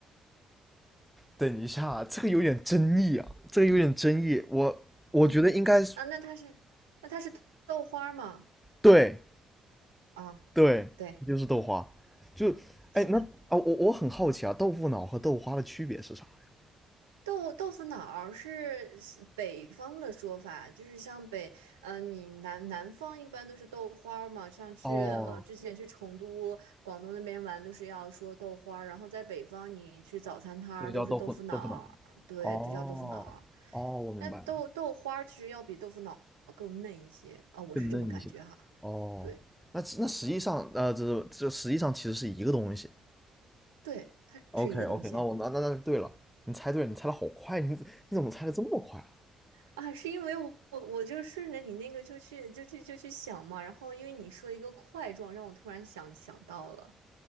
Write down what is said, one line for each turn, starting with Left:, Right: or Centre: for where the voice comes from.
Centre: 等一下，这个有点争议啊，这个有点争议。我我觉得应该是
Right: 啊啊，那它是那它是豆花吗？
Centre: 对
Right: 啊，
Centre: 对，
Right: 对，
Centre: 就是豆花。就哎，
Right: 是的。
Centre: 那啊，我我很好奇啊，豆腐脑和豆花的区别是啥呀？
Right: 豆豆腐脑儿是西北方的说法，就是像北，呃，你南南方一般都是豆花儿嘛，像去呃之前去成都、
Centre: 哦，
Right: 广东那边玩都是要说豆花儿，然后在北方你去早餐摊儿都是豆腐脑儿，
Centre: 这就叫豆腐豆腐脑。
Right: 对，
Centre: 哦哦，
Right: 就叫豆腐脑儿。
Centre: 我明白了，
Right: 那豆豆花儿其实要比豆腐脑儿更嫩一些啊，我是这么感觉哈。
Centre: 更嫩一些。哦，
Right: 对
Centre: 那那实际上，呃，这是这实际上其实是一个东西。
Right: 对，它是一个东西。
Centre: OK OK，那我那那那对了，你猜对了，你猜的好快，你你怎么猜的这么快啊？
Right: 啊，是因为我我就顺着你那个就去就去就去想嘛，然后因为你说一个块状，让我突然想想到了，